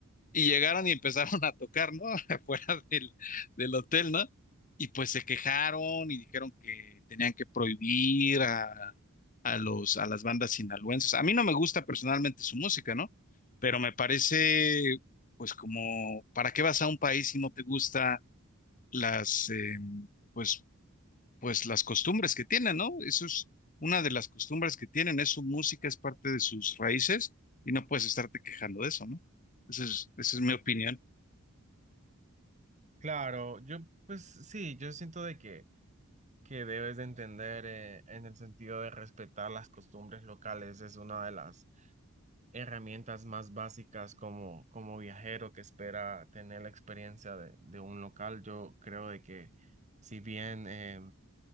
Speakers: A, on the left (about 40°); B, on the right (about 35°).
A: Y llegaron y empezaron <laughs> a tocar, ¿no? <laughs> Afuera del, del hotel, ¿no? Y pues se quejaron y dijeron que tenían que prohibir a, a los, a las bandas sinaloenses. A mí no me gusta personalmente su música, ¿no? Pero me parece, pues como, ¿para qué vas a un país si no te gusta las, eh, pues pues las costumbres que tienen, ¿no? Eso es una de las costumbres que tienen, es su música, es parte de sus raíces y no puedes estarte quejando de eso, ¿no? Esa es, esa es mi opinión.
B: Claro, yo pues sí, yo siento de que, que debes de entender eh, en el sentido de respetar las costumbres locales, es una de las herramientas más básicas como, como viajero que espera tener la experiencia de, de un local. Yo creo de que si bien eh,